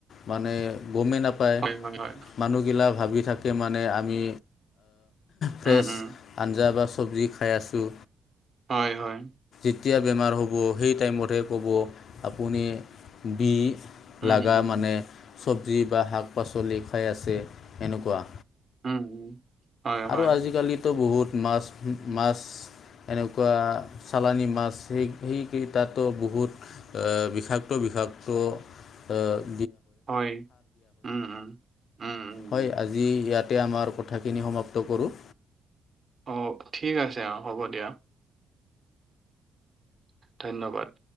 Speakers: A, on the left; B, on the right.
A: মানে গমেই নাপায়
B: হয় হয় হয়
A: মানুহগিলা ভাবি থাকে মানে আমি ফ্ৰেছ
B: উম উম
A: আঞ্জা বা চব্জি খাই আছোঁ।
B: হয় হয়।
A: যেতিয়া বেমাৰ হ'ব সেই টাইমতেহে ক'ব আপুনি বি
B: উম
A: লগা
B: উম
A: মানে চব্জি বা শাক -পাচলি খাই আছে এনেকোৱা।
B: উম। হয়
A: আৰু
B: হয়
A: আজিকালিতো বহুত মাছ মাছ। এনেকোৱা চালানি মাছ সেই সেই কেইটাতো বহুত এ বিষাক্ত বিভাক্ত এ
B: হয়। উম উম উম
A: হয়
B: উম।
A: আজি। ইয়াতে আমাৰ কথাখিনি সমাপ্ত কৰোঁ।
B: অ' ঠিক আছে, অ' হ'ব দিয়া। ধন্যবাদ।